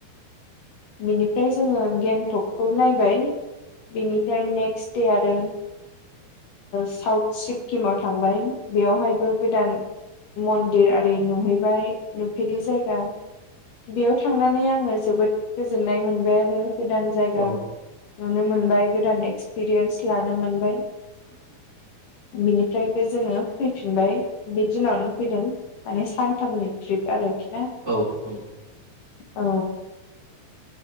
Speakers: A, on the left (about 65°); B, on the right (about 30°).
A: बिनिफ्राय जोङो गेन्टकखौ नायबाय। बेनिफ्राय नेक्स्ट से आरो साउथ सिक्किमाव थांबाय बेयावहाय गोदान मन्दिर आररि नुहैबाय नुफेरि जायगा बेयाव थांनानै आङो जोबोद गोजोननाय मोनबाय आरो गोदान जायगा।
B: औ
A: नुनो मोनबाय गोदान एक्सपिरियेन्स लानो मोनबाय।
B: <inaudible>
A: बिनिफ्रायबो जोङो फैफिनबाय बे दिनावनो फैदों। माने सानथामनि ट्रिप आरोखि ना।
B: औ औ।
A: औ।